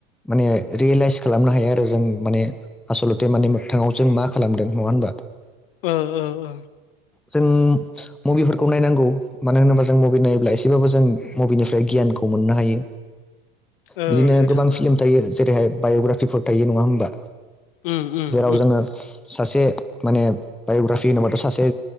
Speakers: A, in the centre; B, on the left.
A: माने रियेलाइस खालामनो हायो आरो जों माने आसलथे माने मोगथाङाव जों मा खालामदों नङा होमबा
B: ओ ओ ओ
A: जों मुभिफोरखौ नायनांगौ मानो होनोबा जों मुभि नायोब्ला एसेबाबो जों मुभिनिफ्राय गियानखौ मोननो हायो
B: ओ
A: बिदिनो
B: नोंथां
A: गोबां फिल्म
B: ओ ओ
A: थायो जेरैहाय बाय'ग्रापिफोर थायो नङा होमबा
B: उम उम
A: जेराव
B: उम
A: जोङो सासे माने बाय'ग्राफि होनबाथ' सासे